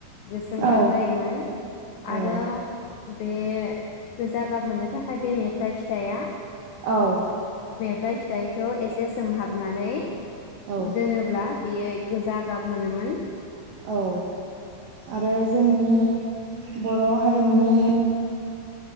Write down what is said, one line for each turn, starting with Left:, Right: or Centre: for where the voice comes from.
Left: गोसोम गाब
Right: औ
Left: जायोमोन। आरो
Right: औ
Left: बे गोजा गाब मोननो थाखाय बेनेफ्राय थाइया
Right: औ।
Left: फ्राय फिथाइखौ एसे सोमहाबनानै
Right: औ
Left: दोनोब्ला बेयो गोजा गाब मोनोमोन।
Right: औ आरो जोंनि बर' हारिमुनि